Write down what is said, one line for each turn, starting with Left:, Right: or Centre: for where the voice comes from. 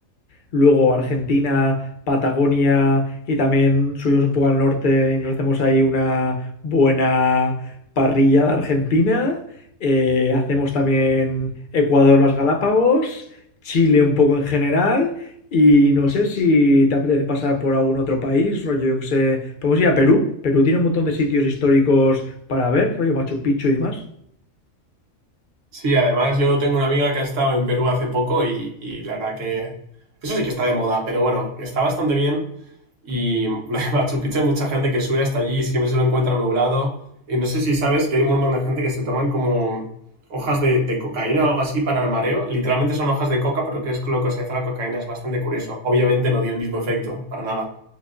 Left: Luego Argentina, Patagonia y también subimos un poco al norte y nos hacemos ahí una buena parrilla de Argentina. Eh, hacemos también Ecuador, las Galápagos, Chile un poco en general. Y no sé si te apetece pasar por algún otro país, rollo, yo que sé. Podemos ir a Perú. Perú tiene un montón de sitios históricos para ver, rollo Machu Picchu y demás.
Right: Sí, además yo tengo una amiga que ha estado en Perú hace poco y, y la verdad que eso sí que está de moda, pero bueno, está bastante bien. Y <laughs> lo de Machu Picchu hay mucha gente que sube hasta allí y siempre se lo encuentra nublado. Y no sé si sabes que hay un montón de gente que se toman como hojas de, de cocaína o algo así para el mareo. Literalmente son hojas de coca, pero que es lo que se hace a la cocaína, es bastante curioso. Obviamente no tiene el mismo efecto, para nada.